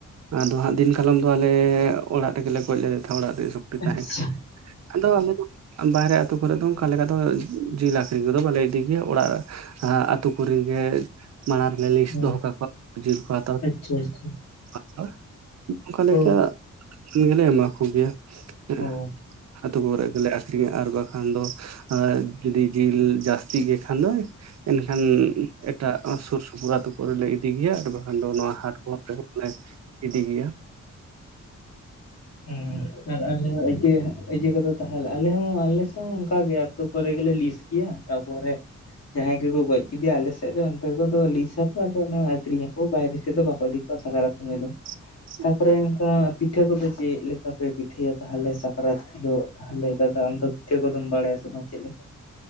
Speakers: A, on the right; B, on the left.
A: ᱟᱫᱚ ᱦᱟᱸᱜ ᱫᱤᱱ ᱠᱟᱞᱚᱢ ᱫᱚ ᱟᱞᱮ ᱚᱲᱟᱜ ᱨᱮᱜᱮ ᱞᱮ ᱜᱚᱡ ᱞᱮᱫᱮ ᱛᱟᱸᱦᱮᱫ ᱚᱲᱟᱜ ᱨᱮᱜᱮ ᱥᱚᱠᱨᱤ ᱛᱟᱦᱮᱸ
B: ᱟᱪᱪᱷᱟ
A: ᱠᱟᱱᱟᱭ ᱟᱫᱚ ᱟᱞᱮ ᱫᱚ ᱵᱟᱦᱨᱮ ᱟᱹᱛᱩ ᱠᱚᱨᱮᱜ ᱫᱚ ᱚᱱᱠᱟ ᱞᱮᱠᱟ ᱫᱚ ᱡᱤᱞ ᱟᱠᱷᱨᱤᱧ ᱠᱚᱫᱚ ᱵᱟᱞᱮ ᱤᱫ ᱫᱤ ᱜᱮᱭᱟ, ᱚᱲᱟᱜ ᱟᱹᱛᱩ ᱠᱚᱨᱮᱱ ᱜᱮ ᱢᱟᱲᱟᱝ ᱨᱮᱞᱮ ᱞᱤᱥᱴ
B: ᱦᱮᱸ
A: ᱫᱚᱦᱚ ᱠᱟᱠᱚᱣᱟ ᱡᱤᱞ ᱠᱚ ᱦᱟᱛᱟᱣ
B: ᱟᱪᱪᱷᱟ ᱟᱪᱪᱷᱟ
A: <inaudible> ᱚᱱᱠᱟ ᱞᱮᱠᱟ
B: ᱳ
A: ᱜᱮᱞᱮ ᱮᱢᱟ ᱠᱚᱜᱮᱭᱟ ᱦᱮᱸ
B: ᱳ
A: ᱟᱹᱛᱩ ᱠᱚᱨᱮᱜ ᱜᱮᱞᱮ ᱟᱠᱷᱨᱤᱧᱟ ᱟᱨ ᱵᱟᱠᱷ ᱠᱷᱟᱱ ᱫᱚ ᱡᱩᱫᱤ ᱡᱤᱞ ᱡᱟᱹᱥᱛᱤ ᱜᱮ ᱠᱷᱟᱱ ᱫᱚ ᱮᱱᱠᱷᱟᱱ ᱮᱴᱟᱜ ᱥᱩᱨ ᱥᱩᱯᱩᱨ ᱟᱛᱩ ᱠᱚᱨᱮᱞᱮ ᱤᱫᱤ ᱜᱮᱭᱟ ᱟᱨ ᱵᱟᱝ ᱠᱷᱟᱱ ᱫᱚ ᱱᱚᱣᱟ ᱦᱟᱴ ᱠᱚ ᱨᱮ ᱞᱮ ᱤᱫᱤ ᱜᱮᱭᱟ᱾
B: ᱦᱩᱸ ᱟᱨ ᱟᱞᱮ ᱦᱚᱸ ᱮᱡᱮ ᱮᱡᱮ ᱠᱚᱫᱚ ᱛᱟᱦᱚᱞᱮ ᱟᱞᱮ ᱦᱚᱸ ᱟᱞᱮᱥᱮᱜ ᱦᱚᱸ ᱚᱝᱠᱟ ᱜᱮ ᱟᱹᱛᱳ ᱠᱚᱨᱮ ᱜᱮᱞᱮ ᱞᱤᱥ ᱠᱤᱭᱟ ᱛᱟᱯᱚᱨᱮ ᱡᱟᱦᱟᱸᱭ ᱜᱮᱠᱚ ᱜᱚᱡ ᱠᱤᱫᱤᱭᱟ ᱟᱞᱮᱥᱮᱫ ᱫᱚ ᱩᱱᱠᱩ ᱠᱚᱫᱚ ᱞᱤᱥ ᱟᱠᱚ ᱟᱫᱚ ᱚᱱᱟ ᱟᱠᱷᱨᱤᱧ ᱟᱠᱚ ᱵᱟᱭᱨᱮ ᱥᱮᱜ ᱫᱚ ᱵᱟᱠᱚ ᱤᱫᱤ ᱠᱚ ᱥᱟᱠᱨᱟᱛ ᱥᱚᱢᱚᱭ ᱫᱚ
A: <inaudible>
B: ᱛᱯᱚᱨᱮ ᱚᱝᱠᱟ ᱯᱤᱴᱷᱟᱹ ᱠᱚᱫᱚ ᱪᱮᱜ ᱞᱮᱠᱟ ᱯᱮ ᱯᱤᱴᱷᱟᱹᱭᱟ ᱛᱟᱦᱚᱞᱮ ᱥᱟᱠᱨᱟᱛ ᱷᱤᱞᱳᱜ ᱛᱟᱦᱚᱞᱮ ᱫᱟᱫᱟ ᱟᱢ ᱫᱚ ᱯᱤᱴᱷᱟᱹ ᱠᱚᱫᱚᱢ ᱵᱟᱲᱟᱭᱟ ᱥᱮ ᱵᱟᱝ ᱪᱮᱫ ᱞᱮᱠᱟ